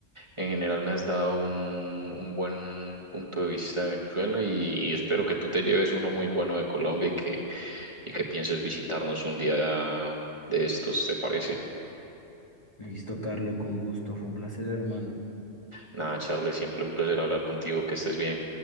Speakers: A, on the right (about 25°); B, on the left (about 25°).
A: en general me has dado un, un buen punto de vista de Venezuela y, y espero que tú te lleves uno muy bueno de Colombia y que, y que pienses visitarnos un día de estos, ¿te parece?
B: Listo, Carlos, con gusto. Fue un placer, hermano.
A: Nada, Charles, siempre un placer hablar contigo, que estés bien.